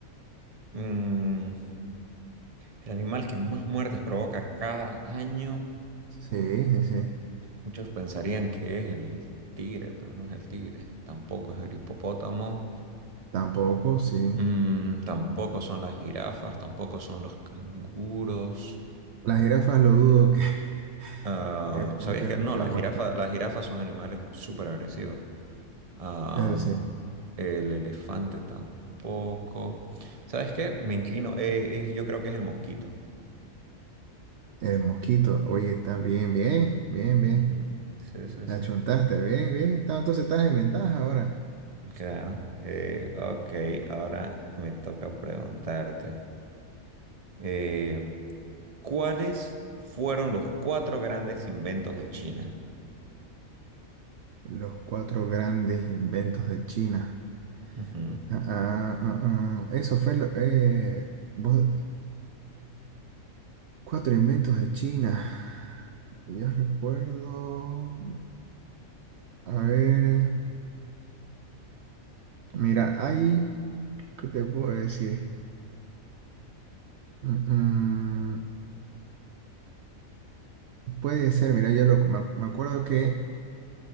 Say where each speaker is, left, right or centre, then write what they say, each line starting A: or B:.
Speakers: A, on the right; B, on the right.
A: Mm, el animal que más muertes provoca cada año,
B: Sí, sí, sí.
A: muchos pensarían que es el tigre, pero no es el tigre, tampoco es el hipopótamo,
B: Tampoco, sí.
A: Mm, tampoco son las jirafas, tampoco son los canguros.
B: Las jirafas lo dudo que, <laughs>
A: Ah,
B: que provoquen
A: ¿sabías que no?
B: muchas
A: Las
B: muertes.
A: jirafas, las jirafas son animales súper agresivos. Am,
B: Eso sí.
A: el elefante tampoco. ¿Sabes qué? Me inclino. eh, eh, yo creo que es el mosquito.
B: El mosquito. Oye, está bien, bien, bien, bien.
A: Ujú, Sí, sí,
B: La
A: sí.
B: chuntaste, bien, bien. está- Entonces estás en ventaja ahora.
A: Claro. eh, ok, ahora me toca preguntarte. eh, ¿cuáles fueron los cuatro grandes inventos de China?
B: Los cuatro grandes inventos de China.
A: Ujú,
B: Ah, ah, ah, ah. Eso fue lo... eh, vos- cuatro inventos de China. Yo recuerdo... A ver... Mira, hay... ¿Qué te puedo decir? Mm, mm, puede ser, mira, yo lo, me, me acuerdo que,